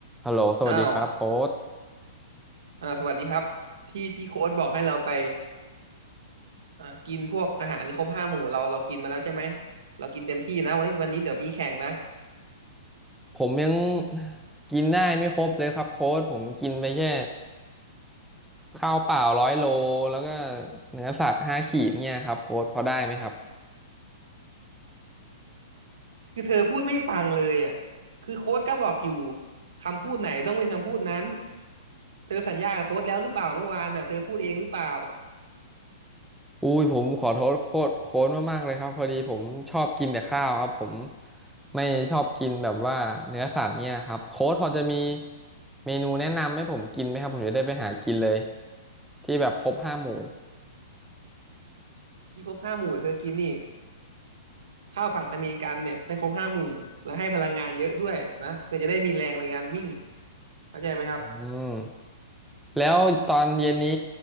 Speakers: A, in the centre; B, on the right.
A: ฮัลโหลสวัสดีครับโค้ด
B: อ้าวอ่าสวัสดีครับที่ที่โค้ชบอกให้เราไปอ่ากินพวกอาหารครบห้าหมู่เราเรากินมาแล้วใช่ไหมเรากินเต็มที่นะวันนี้วันนี้เดี๋ยวมีแข่งนะ
A: ผมยังกินได้ไม่ครบเลยครับโค้ดผมกินไปแค่ข้าวเปล่าร้อยโลแล้วก็เนื้อสัตว์ห้าขีดเนี่ยครับโค้ดพอได้ไหมครับ
B: คือเธอพูดไม่ฟังเลยอ่ะคือโค้ชก็บอกอยู่คำพูดไหนต้องเป็นคำพูดนั้นเธอสัญญากับโค้ชแล้วหรือเปล่าเมื่อวานอ่ะเธอพูดเองหรือเปล่า
A: อุ้ยผมขอโทษโค้ดโค้ดมากๆเลยครับพอดีผมชอบกินแต่ข้าวครับผมไม่ชอบกินแบบว่าเนื้อสัตว์เนี่ยครับโค้ดพอจะมีเมนูแนะนำให้ผมกินไหมครับผมจะได้ไปหากินเลยที่แบบครบห้าหมู่
B: ที่ครบห้าหมู่เธอกินนี่ข้าวผัดอเมริกันเนี่ยได้ครบห้าหมู่และให้พลังงานเยอะด้วยนะเธอจะได้มีแรงในการวิ่งเข้าใจไหมครับ
A: อืม แล้วตอนเย็นนี้